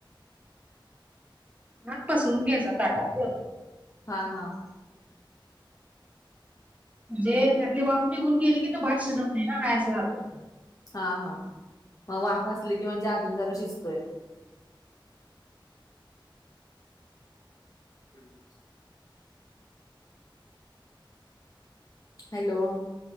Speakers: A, on the right; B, on the left.
A: भांत पासरवूंन घ्यायचां ताटांत गं.
B: हां हां.
A: म्हणजे त्यांतली वाफं णीगुंन गेली की तो भांत शिजतं नाहीं नां गायाचं राहतो.
B: हां हां. मं वाफं असली की म्हणजे अजूंन जरां शिजतोय. हम्मं हॅलो.